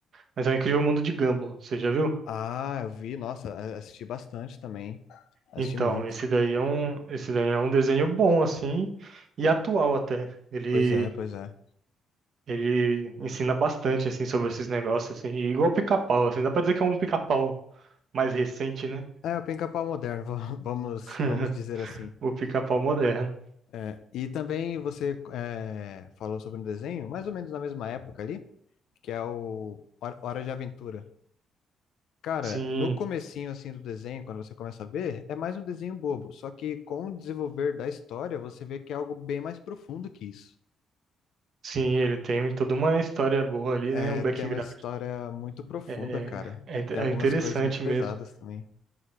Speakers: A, on the right; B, on the left.
A: mas é o Incrível Mundo de Gumball. Você já viu?
B: Ah, eu vi, nossa, a- assisti bastante também. Assisti
A: Então,
B: muito.
A: esse daí é um, esse daí é um desenho bom assim e atual até. Ele
B: Pois é, pois é.
A: ele ensina bastante assim sobre esses negócios assim, e igual o Pica-Pau assim, dá pra dizer que é um Pica-Pau mais recente, né?
B: É o pica-pau moderno, va- <laughs> vamos,
A: <laughs>
B: vamos dizer assim.
A: O Pica-Pau moderno.
B: É, e também você é, falou sobre um desenho, mais ou menos na mesma época ali, que é o Hora Hora de Aventura. Cara,
A: Sim,
B: no comecinho assim do desenho, quando você começa a ver, é mais um desenho bobo. Só que com o desenvolver da história, você vê que é algo bem mais profundo que isso.
A: sim, ele tem toda uma história boa ali,
B: É,
A: né? Um background
B: tem uma história muito profunda,
A: é,
B: cara.
A: é, inte-
B: Tem
A: é
B: algumas
A: interessante
B: coisas muito pesadas
A: mesmo.
B: também.